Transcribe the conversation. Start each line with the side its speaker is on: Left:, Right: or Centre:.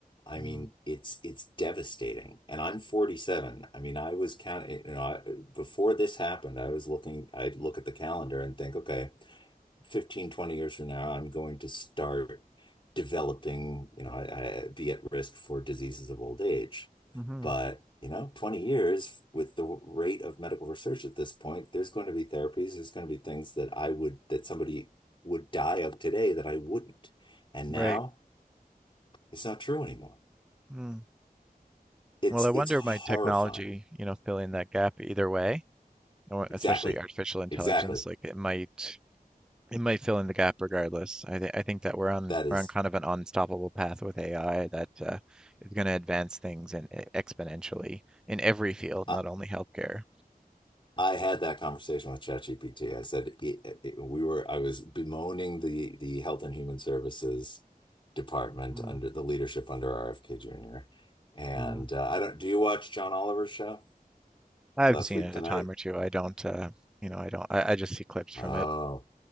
Left: I
Centre: Mm,
Left: mean, it's it's devastating. And I'm 47. I mean, I was counting, you know, I, before this happened, I was looking, I'd look at the calendar and think, okay, 15, 20 years from now, I'm going to start developing, you know, I, I be at risk for diseases of old age.
Centre: mm-hmm,
Left: But, you know, 20 years with the rate of medical research at this point, there's going to be therapies, there's going to be things that I would, that somebody would die of today that I wouldn't. And
Centre: right.
Left: now, it's not true anymore.
Centre: Mm.
Left: It's
Centre: Well, I wonder
Left: it's horrifying.
Centre: if my technology, you know, filling that gap either way. I want-
Left: Exactly.
Centre: especially artificial intelligence,
Left: Exactly.
Centre: like it might it might fill in the gap regardless. I think I think that we're on
Left: That is
Centre: we're on kind of an unstoppable path with AI that uh, is going to advance things and exponentially in every field,
Left: I,
Centre: not only healthcare.
Left: I had that conversation with ChatGPT. I said it, it, we were I was bemoaning the the Health and Human Services department
Centre: Mm,
Left: under the leadership under RFK Jr. And
Centre: mm.
Left: uh, I don't do you watch John Oliver's show?
Centre: I've
Left: Last
Centre: seen
Left: week
Centre: it
Left: tonight?
Centre: a time or two. I don't, uh, you know, I don't. I, I just see clips
Left: Oh,
Centre: from it.